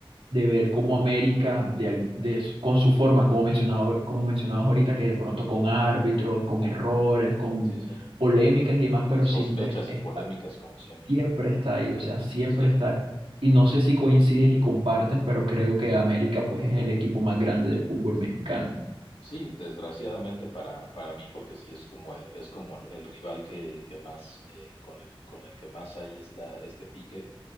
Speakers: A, on the right; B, on the left.
A: de ver cómo América, de, al- de- con sus formas, como mencionado, como mencionabas ahorita, que de pronto con árbitros, con errores, con
B: sí, sí.
A: polémicas y demás,
B: Con
A: pero
B: sospechas
A: siempre está,
B: y polémicas como siempre.
A: siempre está ahí, o sea, siempre
B: Sí,
A: está. Y no sé si coincides y compartes, pero creo que América pues es el equipo más grande del fútbol mexicano.
B: Sí, desgraciadamente para, para mí, porque sí es como el, es como el, el rival que, que más, eh, con el, con el que más hay está este pique